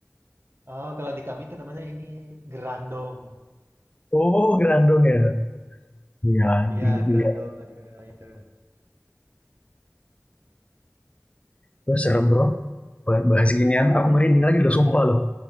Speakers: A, on the right; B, on the left.
A: Oh, kalau di kami itu namanya ini Gerandong.
B: Oh, Grandong ya. Iya,
A: Iya,
B: i-
A: Gerandong
B: iya.
A: kalau di kami namanya itu.
B: Itu serem bro. Bah- Bahas ginian, aku merinding lagi loh, sumpah loh.